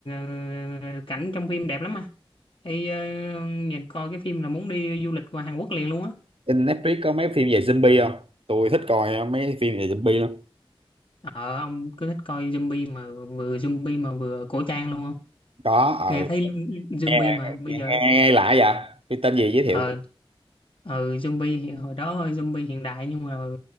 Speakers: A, on the left (about 60°); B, on the right (about 70°).
A: ờ, cảnh trong phim đẹp lắm mà Ê, ờ, nhìn coi cái phim là muốn đi du lịch qua Hàn Quốc liền luôn á
B: Trên Netflix có mấy phim về zombie không? Tôi thích coi mấy phim về zombie lắm.
A: ờ ông cứ thích coi zombie mà vừa zombie mà vừa cổ trang luôn không
B: Có, ờ,
A: nghe thấy zombie
B: nghe,
A: mà bây
B: nghe,
A: giờ
B: nghe, nghe lại vậy? Phim tên gì giới thiệu?
A: ờ ừ, zombie thì hồi đó hơi zombie hiện đại nhưng mà